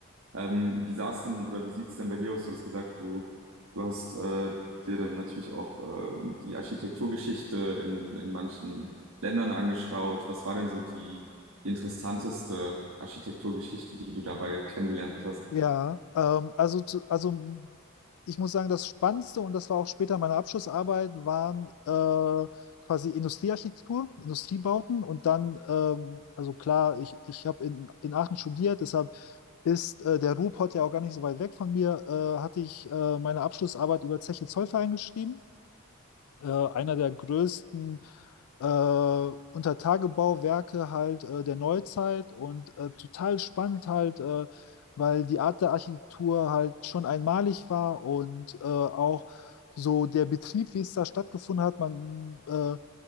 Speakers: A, on the right; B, on the left.
A: Ähm, wie sah's denn oder wie sieht's denn bei dir aus? Du hast gesagt, du, du hast äh, dir dann natürlich auch ähm, die Architekturgeschichte in, in manchen Ländern angeschaut. Was war denn so die, die interessanteste Architekturgeschichte, die du dabei kennengelernt hast?
B: Ja, ähm, also, zu, also ich muss sagen, das Spannendste und das war auch später meine Abschlussarbeit, waren äh, quasi Industriearchitektur, Industriebauten und dann, ähm, also klar, ich, ich habe in, in Aachen studiert, deshalb ist äh, der Ruhrpott ja auch gar nicht so weit weg von mir, äh, hatte ich äh, meine Abschlussarbeit über Zeche Zollverein geschrieben äh, einer der größten äh, Untertagebauwerke halt äh, der Neuzeit und äh, total spannend halt, äh, weil die Art der Architektur halt schon einmalig war und äh, auch so der Betrieb, wie es da stattgefunden hat. Man äh,